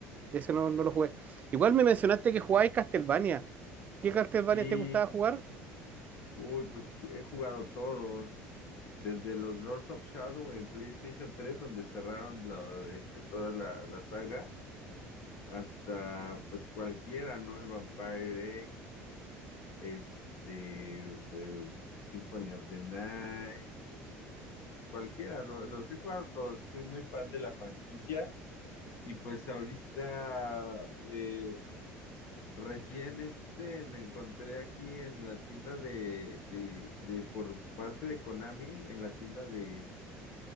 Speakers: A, on the right (about 30°); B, on the left (about 50°).
A: de ese no, no lo jugué. Igual me mencionaste que jugabais Castlevania. ¿Qué Castlevania
B: Sí,
A: te gustaba jugar?
B: Uy, pues ju- he jugado todos, desde los Lords of Shadow en PlayStation 3 donde cerraron la- este, toda la, la saga, hasta pues cualquiera, ¿no? El Vampire X, este, eh, Symphony of the Night, cualquiera, lo- los he jugado todos, fui muy fan de la franquicia y pues ahorita eh, Recién este me encontré aquí en la tienda de, de, de por parte de Konami, en la tienda de,